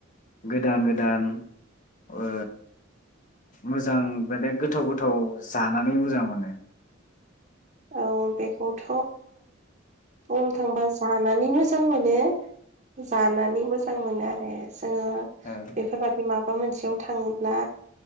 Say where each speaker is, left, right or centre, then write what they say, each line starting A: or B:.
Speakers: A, on the left; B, on the right.
A: गोदान गोदान ओ मोजां माने गोथाव गोथाव जानानै मोजां मोनो
B: औ बेखौथ' बुंनो थांबा जानानै मोजां मोजां मोनो जानानै मोजां मोनो आरो जोङो
A: औ
B: बेफोरबायदि माब माबा मोनसेयाव थाङोब्ला